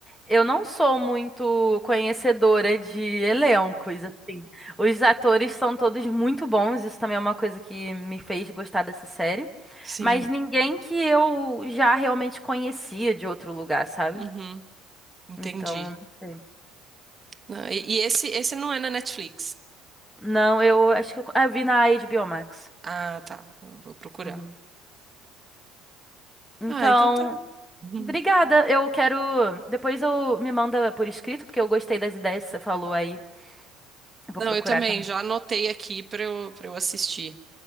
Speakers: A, in the centre; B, on the right.
A: eu não sou muito conhecedora de elencos, assim. Os atores são todos muito bons, isso também é uma coisa que me fez gostar dessa série.
B: Sim.
A: Mas ninguém que eu já realmente conhecia de outro lugar, sabe?
B: Uhum, entendi.
A: Então, não sei.
B: Não, e, e esse, esse não é na Netflix.
A: Não, eu acho que eu, ah, eu vi na HBO Max.
B: Ah, tá. Eu Vou procurar.
A: Uhum. Então,
B: Ah, então tá. <laughs> Uhum.
A: Obrigada. Eu quero. Depois eu me manda por escrito, porque eu gostei das ideias que você falou aí. Eu vou
B: Não,
A: procurar
B: eu também
A: também.
B: já anotei aqui para eu, para eu assistir.